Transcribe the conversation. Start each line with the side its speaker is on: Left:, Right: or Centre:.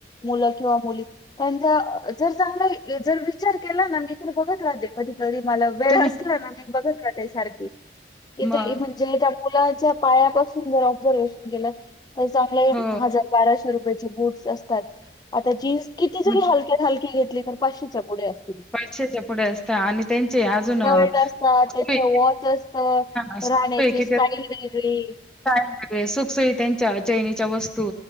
Left: मुलं किंवा मुली त्यांचा जर चांगला जर विचार केला ना मी तर बघत राे कधी कधी मला वेळ
Centre: तुम्ही
Left: असला ना मी बघत रा त्या सारखी कि
Centre: मग
Left: ते म्हणजे त्या मुलाच्या पायापासून जर ऑब्झर्वेशन केलं. तर चांगले
Centre: हो
Left: हजार बाराशे रुपयाची बूटस असतात. आता जीज किती जरी
Centre: मग
Left: हलक्यात हलकी घेतली तर पाचशेच्या पुढे असत.
Centre: वारशाच्या पुढे असत आणि त्यांचे अजून
Left: शर्ट असतात
Centre: पथवी
Left: त्याचं वॉच असतं
Centre: अस
Left: राहण्याची
Centre: किती.
Left: स्टाईल वेगळी
Centre: काय वगे सुखसुयी त्यांच्या चैनीच्या वस्तू